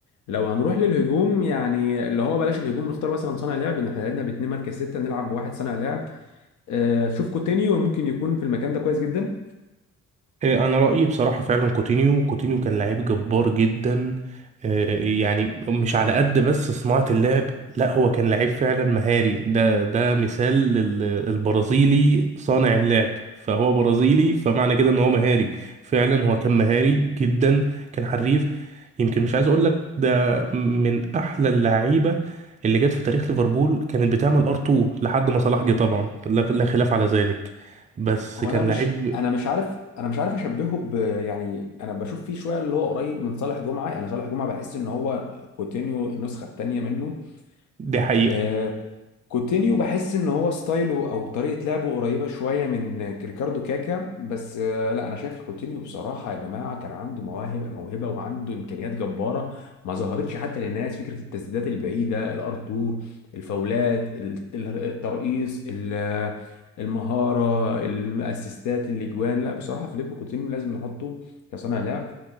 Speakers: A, on the left; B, on the right.
A: لو هنروح للهجوم يعني اللي هو بلاش الهجوم نختار مثلا صانع لعب ان احنا لعبنا باتنين مركز ستة نلعب بواحد صانع لعب آه، شوف كوتينيو ممكن يكون في المكان ده كويس جدا
B: آه، انا رايي بصراحه فعلا كوتينيو كوتينيو كان لعيب جبار جدا آه، يعني مش على قد بس صناعه اللعب لا هو كان لعيب فعلا مهاري ده ده مثال للبرازيلي صانع اللعب فهو برازيلي فمعنى كده ان هو مهاري فعلا هو كان مهاري جدا كان حريف يمكن مش عايز اقول لك ده من احلى اللعيبه اللي جت في تاريخ ليفربول كانت بتعمل ار 2 لحد ما صلاح جه طبعا لا لا خلاف على ذلك بس
A: هو
B: كان
A: انا مش
B: لعيب
A: انا مش عارف انا مش عارف اشبهه ب يعني انا بشوف فيه شويه اللي هو قريب من صالح جمعه يعني صالح جمعه بحس ان هو كوتينيو النسخه الثانيه منه
B: دي حقيقة
A: آه، كوتينيو بحس ان هو ستايله او طريقه لعبه قريبه شويه من ريكاردو كاكا بس آه، لا انا شايف كوتينيو بصراحه يا جماعه كان عنده مواهب موهبه وعنده امكانيات جباره ما ظهرتش حتى للناس فكره التسديدات البعيده الار 2 الفاولات ال- ال- الترقيص ال- المهاره الاسيستات الاجوان لا بصراحه فيليب كوتينيو لازم نحطه كصانع لعب